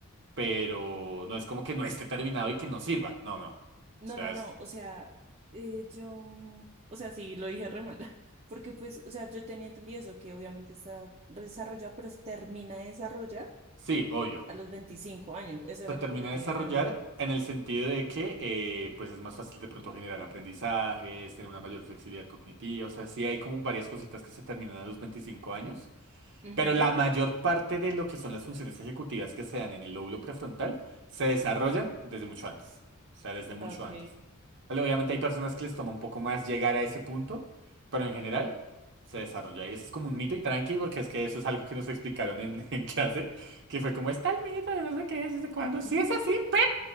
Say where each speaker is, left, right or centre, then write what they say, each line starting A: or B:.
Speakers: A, on the right; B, on the right.
A: pero no es como que no esté terminado y que no sirva. No, no. O
B: no,
A: sea,
B: no,
A: es
B: no, o sea, eh, yo, mm, o sea, sí, lo dije re mal, <laughs> porque pues, o sea, yo tenía entendido eso, que obviamente está desarrollado, pero se termina de desarrollar
A: Sí, obvio.
B: a los 25 años, eso era
A: Se termina
B: lo que yo
A: de
B: tenía
A: desarrollar
B: entendido.
A: en el sentido de que eh, pues es más fácil de pronto generar aprendizajes, tener una mayor flexibilidad cognitiva, o sea, sí hay como varias cositas que se terminan a los 25 años,
B: Ujú.
A: pero la mayor parte de lo que son las funciones ejecutivas que se dan en el lóbulo prefrontal se desarrollan desde mucho antes. O sea, desde mucho
B: Ok.
A: antes. Vale, obviamente hay personas que les toma un poco más llegar a ese punto, pero en general se desarrolla. Y eso es como un mito y tranqui, porque es que eso es algo que nos explicaron en, <laughs> en clase, que fue como, está el mito de no sé qué es, desde cuándo.
B: <laughs>
A: Si es así, pe-